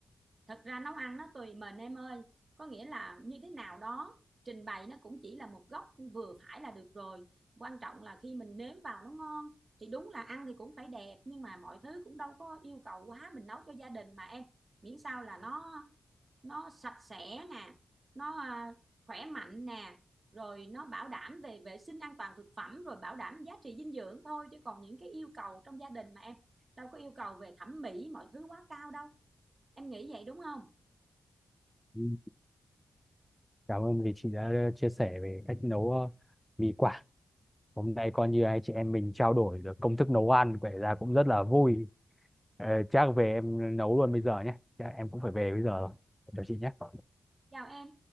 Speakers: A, on the right (about 50°); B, in the centre.
A: thật ra nấu ăn nó tùy mình em ơi có nghĩa là như thế nào đó trình bày nó cũng chỉ là một góc vừa phải là được rồi quan trọng là khi mình nếm vào nó ngon thì đúng là ăn thì cũng phải đẹp nhưng mà mọi thứ cũng đâu có yêu cầu quá mình nấu cho gia đình mà em miễn sao là nó nó sạch sẽ nè nó à, khỏe mạnh nè rồi nó bảo đảm về vệ sinh an toàn thực phẩm rồi bảo đảm giá trị dinh dưỡng thôi chứ còn những cái yêu cầu trong gia đình mà em đâu có yêu cầu về thẩm mỹ mọi thứ quá cao đâu em nghĩ vậy đúng không
B: ừ. cảm ơn vì chị đã chia sẻ về cách nấu ờ, mì quảng hôm nay coi như hai chị em mình trao đổi được công thức nấu ăn vậy ra cũng rất là vui Ờ, chắc về em nấu luôn bây giờ nhé chắc em cũng phải về bây giờ rồi chào chị nhé
A: chào em